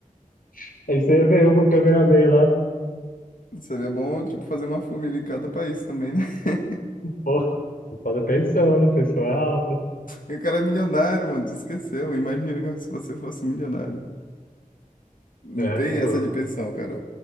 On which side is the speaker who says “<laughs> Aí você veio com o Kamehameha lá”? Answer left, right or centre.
Left